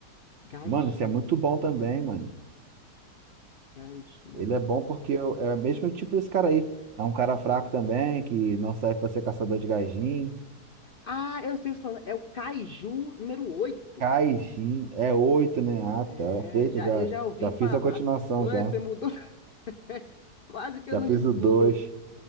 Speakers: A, on the left; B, on the right.
A: Gaijin,
B: Mano, esse é muito bom também, mano.
A: Gaijin
B: Ele é bom porque é o é
A: número
B: o mesmo tipo
A: 9.
B: desse cara aí. É um cara fraco também, que não serve pra ser caçador de Gaijin.
A: Ah, eu sei o que você tá falando. É o Kaiju número oito.
B: Gaijin é oito né? Ah,
A: É,
B: tá. Feita,
A: já,
B: já,
A: eu já ouvi
B: já
A: falar.
B: fiz a continuação,
A: Pô, você
B: já.
A: mudou. <laughs> Quase que eu
B: Já
A: não
B: fiz
A: descubro.
B: o dois